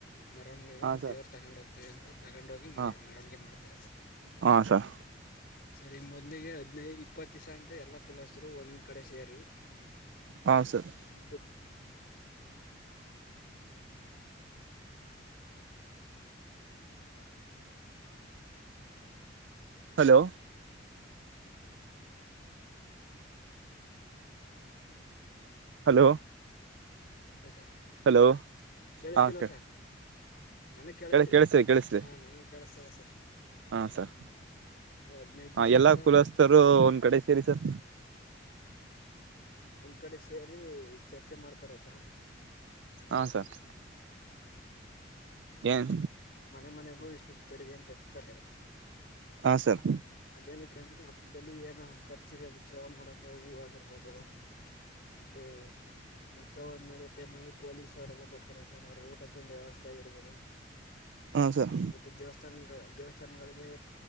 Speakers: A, on the left (about 55°); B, on the right (about 70°).
A: ಮೆರವಣಿಗೆಗ
B: ಹಾ ಸರ್
A: ದೇವ್ರ ತಗೊಂಡ್ ಹೋಗ್ತೀವಿ ಅಂತ ತಗೊಂಡೋಗಿ
B: ಹಾ
A: ಮೆರವಣಿಗೆ ಮಾಡ್ತಾರೆ ಸರ್
B: ಹಾ ಸರ್
A: ಸರ್ ಈಗ ಮೊದ್ಲಿಗೆ ನೇ ಇಪ್ಪತ್ ದಿಸ ಅಂತ ಎಲ್ಲಾ ಕುಲಸ್ತೃ ಒಂದ್ ಕಡೆ ಸೇರಿ
B: ಹಾ ಸರ್
A: ಹಬ್ಬ
B: ಹಲೋ ಹಲೋ
A: ಸರ್
B: ಹಲೋ
A: ಕೇಳಿಸ್ತಿಲ್ವಾ
B: ಹತರಿ
A: ಸರ್ ನನಗ್ ಕೇಳಿಸ್ತಿ
B: ಕೇಳಿಸರಿ ಕೇಳಿಸರಿ
A: ಹಾ ನಂಗ ಕೇಳಿಸ್ತದ ಸರ್
B: ಹಾ ಸರ್
A: ಹದ್ನೈದ್
B: ಹ
A: ದಿವಸ
B: ಎಲ್ಲಾ
A: ಅಂತ
B: ಕುಲಸ್ಥರು ಒಂದ್ ಕಡೆ ಸೇರಿ ಸರ್
A: ಒಂದ್ ಕಡೆ ಸೇರಿ ಚರ್ಚೆ ಮಾಡ್ತಾರೆ ಸಾರ್
B: ಹಾ ಸರ್ ಏನ್
A: ಮನೆ ಮನೆಗೂ ಇಷ್ಟುಷ್ಟು ತೆರಿಗೆ ಅಂತ ಇ್ತಾರೆ
B: ಹಾಂ ಸರ್
A: ಅದೇನಕ್ಕೆಂದ್ರೆ ಹಬ್ಬದಲ್ಲಿ ಏನ ಚಿರೆ ಉುತ್ಸವ ಮಾಡೋಕೆ ಹೂ ಆಗಿರ್ಬೋದು ಮತ್ತೆ ಉತ್ಸವ ನೋಡೋ ಟೈಮಲ್ಲಿ ಪೊಲೀಸ್ ಅವರೆಲ್ಲ ಬರ್ತಾರೆ ಸರ್ ಅವ್ರ ಊಟ ತಿಂಡಿ ವ್ಯವಸ್ಥೆ ಆಗಿರ್ಬೋ ಓಹ್
B: ಹಾಂ ಸರ್
A: ಮತ್ತೆ ದೇವಸ್ಥಾನ ದೇವಸ್ಥಾನಗಳಿಗೆ